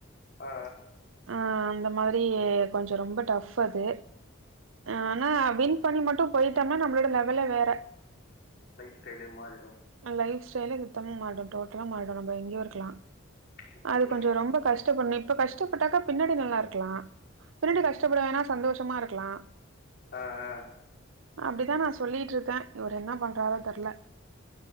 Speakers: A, on the left; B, on the right.
A: ஆ
B: ஆ அந்த மாரி கொஞ்சோ ரொம்ப டஃப் அது ஆனா வின் பண்ணி மட்டு போயிட்டம்னா நம்ளோட லெவலே வேற
A: லைஃப் ஸ்டைலே மாறிடும்
B: லைப் ஸ்டைலே சுத்தமா மாரிடு டோட்டலா மாரிடு நம்ப எங்கயு இருக்கலா
A: இது
B: அது
A: ஒரே
B: கொஞ்சோ
A: நிமிஷோ
B: ரொம்ப
A: ப்ரோ
B: கஷ்டப்பட்னு இப்ப கஷ்டோ டாக்கா பின்னாடி நல்லாருக்களலா பின்னாடி கஷ்டப்பட வேணா சந்தோஷமா இருக்கலா
A: ஆஹ்
B: அப்டித தா நா சொல்லிகிட்டுருக்கே இவர் என்ன பண்ணுறாறோ தெர்ல